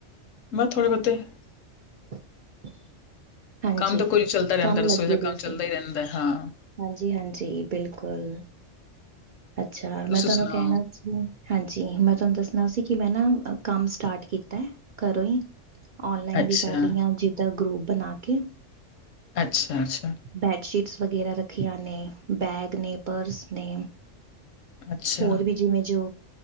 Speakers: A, on the left; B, on the right.
A: ਮੈਂ ਥੋੜੇ ਬੋਹਤੇ
B: <unintelligible> ਹਾਂਜੀ,
A: ਕੰਮ ਤਾਂ ਕੋਈ ਚੱਲਦਾ ਰਹਿੰਦਾ
B: ਕੰਮ
A: ਰਸੋਈ
B: ਲੱਗੇ
A: ਦਾ ਕੰਮ
B: ਦੇ
A: ਚੱਲਦਾ
B: ਸੀ।
A: ਈ ਰਹਿੰਦਾ ਹਾਂ
B: ਹਾਂਜੀ ਹਾਂਜੀ ਬਿਲਕੁਲ ਅੱਛਾ
A: ਤੁਸੀਂ
B: ਮੈਂ ਤੁਹਾਨੂੰ
A: ਸੁਣਾਓ
B: ਕਹਿਨਾ ਸੀ ਹਾਂਜੀ ਮੈਂ ਤੁਹਾਨੂੰ ਦੱਸਣਾ ਸੀ ਕਿ ਮੈਂ ਨਾ ਕੰਮ ਸਟਾਰਟ ਕੀਤਾ ਘਰੋਂ ਹੀ। ਔਨਲਾਈਨ
A: ਅੱਛਾ
B: ਵੀ ਕਰ ਰਹੀ ਆ ਜਿੰਦਾ ਗਰੁਪ ਬਣਾ ਕੇ
A: ਅੱਛਾ-ਅੱਛਾ
B: ਬੈਡਸ਼ੀਟਸ ਵਗੈਰਾ ਰੱਖੀਆਂ ਨੇ ਬੈਗ ਨੇ ਪਰਸ ਨੇ।
A: ਅੱਛਾ
B: ਹੋਰ ਵੀ ਜਿਵੇਂ ਜੋ